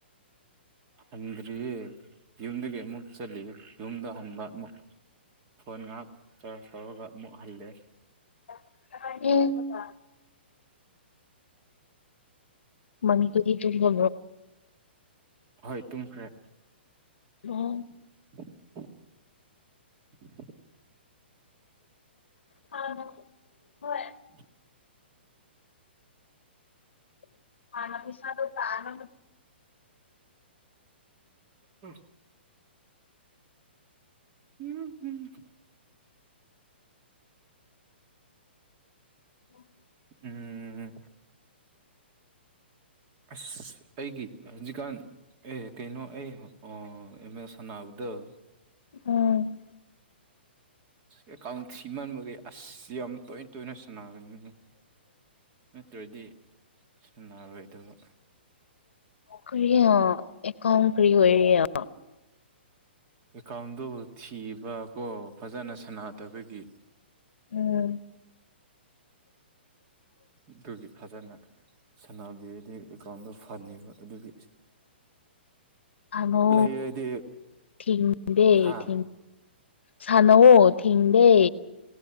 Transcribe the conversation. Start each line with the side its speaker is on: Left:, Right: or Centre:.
Right: ꯍꯟꯗ꯭ꯔꯤꯌꯦ ꯌꯨꯝꯗꯒꯤ ꯑꯃꯨꯛ ꯆꯠꯂꯤ ꯌꯨꯝꯗ ꯍꯟꯕ ꯑꯃꯨꯛ ꯐꯣꯟ ꯉꯍꯥꯛ ꯆꯥꯖ ꯇꯧꯔꯒ ꯑꯃꯛꯍꯜꯂꯦ
Left: <inaudible> ꯃꯅꯤ ꯀꯒꯤꯇ ꯍꯣ
Right: ꯍꯣꯏ ꯇꯨꯝꯈ꯭ꯔꯦ
Left: ꯑꯣ
Right: <inaudible>
Left: ꯑ ꯍꯣꯏ
Right: ꯎ
Left: <inaudible> ꯈꯥꯅ ꯄꯁꯅ ꯇꯅ
Right: ꯎꯝ ꯎꯝ ꯍꯝ
Left: ꯎꯝ
Right: ꯎꯝ ꯑꯁ ꯑꯩꯒꯤ ꯍꯧꯖꯤꯛꯀꯥꯟ ꯑꯦ ꯀꯩꯅꯣ ꯑꯩ ꯑ ꯑꯦ ꯁꯥꯟꯅꯕꯗ ꯑ
Left: ꯎꯝ
Right: ꯑꯦꯀꯥꯎꯟꯁꯤꯃꯥꯟꯕꯒꯤꯩ ꯑꯁ ꯌꯥꯝ ꯇꯣꯏꯅ ꯇꯣꯏꯅ ꯁꯥꯟꯅꯔꯅꯤ ꯅꯠꯇ꯭ꯔꯗꯤ ꯁꯅꯥꯔꯣꯏꯗꯕ
Left: ꯀꯔꯤ ꯑꯦ ꯀꯝ ꯀꯔꯤ ꯑꯣꯏꯔꯤ
Right: ꯑꯦꯀꯥꯎꯟꯗꯣ ꯊꯤꯕ ꯀꯣ ꯐꯖꯅ ꯁꯥꯟꯅꯗꯕꯒꯤ
Left: ꯎꯝ
Right: ꯑꯗꯨꯒꯤ ꯐꯖꯅ ꯁꯥꯟꯅꯅꯕꯒꯤ ꯑꯦꯀꯥꯎꯟꯗꯣ ꯐꯅꯤꯕ ꯑꯗꯨꯒꯤ
Left: ꯃꯣ
Right: ꯂꯩꯔꯗꯤ
Left: ꯊꯗ
Right: ꯍꯥ
Left: ꯊ ꯁꯥꯟꯅꯑꯣ ꯊꯤꯡꯗꯦ